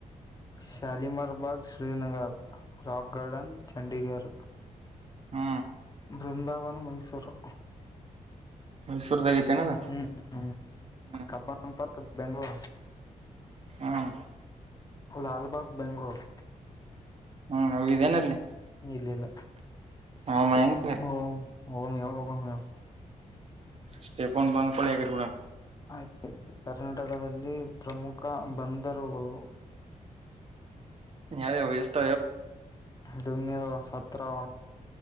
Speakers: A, on the left (about 25°); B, on the right (about 45°).
A: ಶಾಲಿಮಾರ್ ಬಾಗ್ ಷ್ ಶ್ರೀನಗರ್ ರಾಕ್ ಗಾರ್ಡನ್ ಚಂಡೀಗರ್
B: ಹ್ಮ
A: ಬೃಂದಾವನ್ ಮೈಸೂರು.
B: ಮೈಸೂರ್ದಾಗೈತೆೇನದ
A: ಹ್ಮ ಹ್ಮ
B: ಹ್ಮ್
A: ಕಬ್ಬನ್ ಪಾರ್ಕ್ ಬೆಂಗ್ಳೋರ್
B: ಹ್ಮ್
A: ಲಲ್ಬಾಗ್ ಬೆಂಗ್ಳೋರ್.
B: ಹ್ಮ್ ಹೋಗಿದ್ದೇನಲ್ಲಿ
A: ಇಲ್ ಇಲ್ಲ.
B: ಹ ಹೆಂಗ
A: ಹ್ಮ್ ಹೋಗಮ್ ಯಾವಾಗ್ ಹೋಗಮ್ ಹೇಳ್
B: ಸ್ಟೇಫೋನ್ ಬಂದ್ಕೊಳ್ಳಿ ಹೇಗಿರ್ ಬಿಡ
A: ಆಯ್ ಕರ್ನಾಟಕದಲ್ಲಿ ಪ್ರಮುಖ ಬಂದರುಗಳು
B: ಯಾವ ಎಷ್ಟ
A: ಅದುನ್ನೆಳ್ವ ಸತ್ರವ